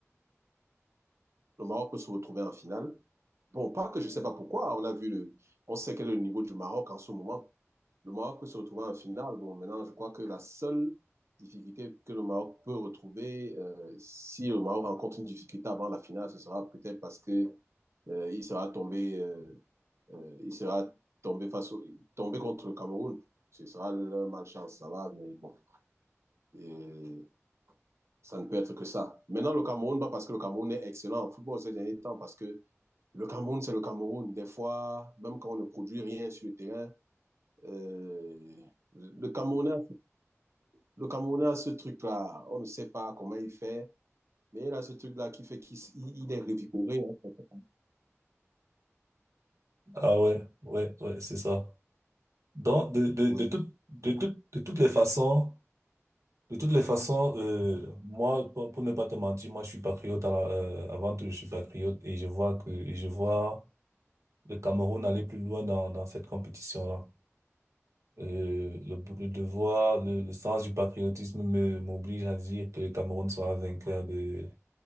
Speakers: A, on the right (about 60°); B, on the right (about 75°).
A: le Maroc peut se retrouver en finale. Bon, pas que je ne sais pas pourquoi. On a vu le, on sait quel est le niveau du Maroc en ce moment. Le Maroc peut se retrouver en finale. Bon, maintenant, je crois que la seule difficulté que le Maroc peut retrouver, euh, si le Maroc rencontre une difficulté avant la finale, ce sera peut-être parce que euh, il sera tombé. euh, Euh, il sera tombé face au, tombé contre le Cameroun. Ce sera leur malchance, ça va, mais bon. Et ça ne peut être que ça. Maintenant, le Cameroun, pas parce que le Cameroun est excellent en football ces derniers temps, parce que le Cameroun, c'est le Cameroun. Des fois, même quand on ne produit rien sur le terrain, euh, le Camerounais, le Camerounais a ce truc-là. On ne sait pas comment il fait, mais il a ce truc-là qui fait qu'il il est revigoré. hein.
B: Ah ouais, ouais, ouais, c'est ça. Donc, de, de,
A: Oui.
B: de toutes, de toutes, de toutes les façons, de toutes les façons, euh, moi, pour, pour ne pas te mentir, moi, je suis patriote à la, euh, avant tout, je suis patriote et je vois que, et je vois le Cameroun aller plus loin dans, dans cette compétition-là. Euh, le, le devoir, le, le sens du patriotisme me, m'oblige à dire que le Cameroun sera vainqueur de